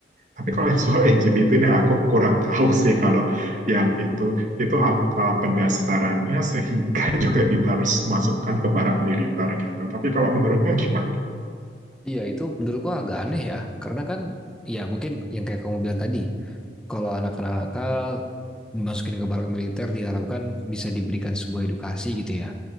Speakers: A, on the right; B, in the centre.
A: tapi kalau yang soal LGBT ini aku kurang tahu sih kalau yang itu itu apa pendasarannya sehingga <laughs> juga harus masukkan ke barak militer gitu. Tapi kalau menurutmu gimana?
B: Iya itu menurutku agak aneh ya, karena kan ya mungkin yang kayak kamu bilang tadi, kalau anak-anak nakal masukin ke barak militer diharapkan bisa diberikan sebuah edukasi gitu ya,